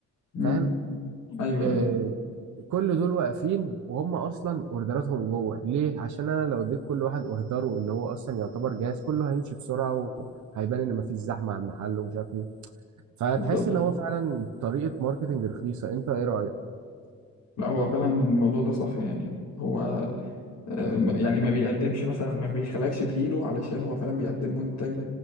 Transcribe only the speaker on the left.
امم
أيوه
أيوه
بالظبط
لا هو فعلا الموضوع ده صح يعني هو آه، يعني ما بيقدمش مثلا ما بيخلكش تجيله علشان هو فعلا بيقدم منتج